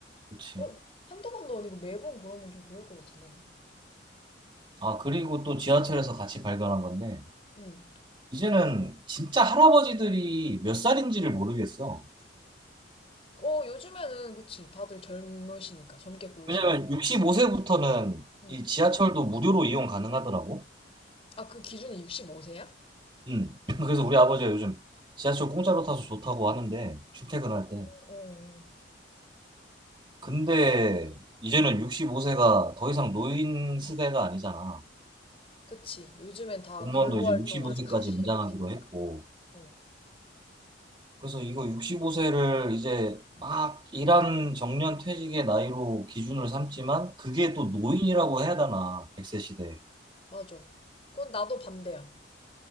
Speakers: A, on the right (about 25°); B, on the left (about 30°).
A: 그치.
B: 그런, 한두 번도 아니고 매번 그러면 좀 그럴 것 같은데, 나.
A: 아, 그리고 또 지하철에서 같이 발견한 건데,
B: 응.
A: 이제는 진짜 할아버지들이 몇 살인지를 모르겠어.
B: 어, 요즘에는, 그치. 다들 젊으시니까, 젊게 보이시니까.
A: 왜냐면 65세부터는
B: 응.
A: 이 지하철도 무료로 이용 가능하더라고.
B: 아, 그 기준이 65세야?
A: 음. <clears throat> <laughs> 그래서 우리 아버지가 요즘 지하철 공짜로 타서 좋다고 하는데, 출퇴근할
B: 음,
A: 때.
B: 어, 어.
A: 근데 이제는 65세가 더 이상 노인 세대가 아니잖아.
B: 그치. 요즘엔 다
A: 공무원도
B: 근로활동
A: 이제 65세까지
B: 아직 하시고
A: 연장하기로
B: 계니까.
A: 했고,
B: 어,
A: 그래서 이거 65세를 이제 막 일한 정년 퇴직의 나이로 기준을 삼지만, 그게 또 노인이라고 해야 되나, 백세 시대에.
B: 맞아. 그건 나도 반대야.